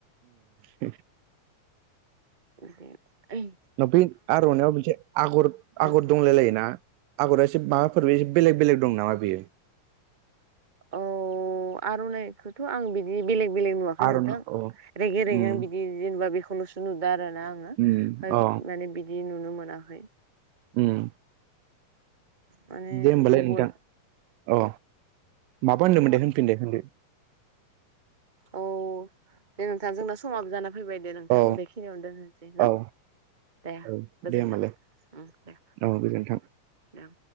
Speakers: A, on the right (about 80°); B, on the right (about 20°).
A: दे <unintelligible>
B: बिदि <unintelligible>
A: न'फिद आर'नाइयाव मोनसे आगर आगर
B: औ
A: दंलाय लायो ना आगर एसे माबाफोरबो एसे बेलेग बेलेग दं नामा बियो
B: अ आर'नाइखोथ' थ' आं बिदि बेलेग बेलेग नुवाखै
A: आर'ना
B: नोंथां
A: अ
B: रेगे रेगे
A: उम
B: आं बिदि जेनेबा बेखौल'सो नुदों आरोना आं ओमफ्राय
A: उम अ
B: माने बिदि नुनो मोनाखै
A: उम
B: माने
A: दे होमबालाय
B: गुबुन
A: नोंथां अ माबा होनदोंमोन
B: समा
A: दे होन फिन दे होनदो
B: औ दे नोंथां जोंना समाबो जाना फैबाय दे नोंथां
A: औ
B: बेखिनियावनो दोननोसै न'
A: औ
B: दे
A: औ
B: गोजोनथों
A: दे होमबालाय
B: उम दे
A: औ गोजोन्थों
B: दे